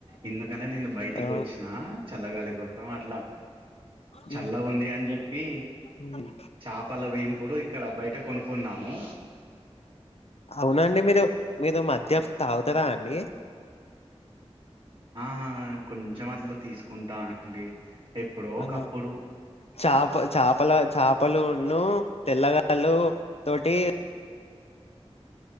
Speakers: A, on the right (about 55°); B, on the left (about 65°).
A: ఇందుకనే నేను బయటికి
B: ఆ
A: వచ్చినా చల్లగాలి అందుకోసం అట్లా
B: ఉమ్,
A: చల్ల ఉంది అని చెప్పి
B: ఉమ్.
A: చాపల వేయింపుడు ఇక్కడ బయట కొనుకున్నాము
B: అవునండి మీరు మీరు మధ్య తాగుతారా అండి
A: ఆ కొంచెం అట్లా తీసుకుంటా అండి ఎప్పుడో ఒకప్పుడు
B: ఆ చాప చాపల చేపలును తెల్ల గళ్ళు తోటి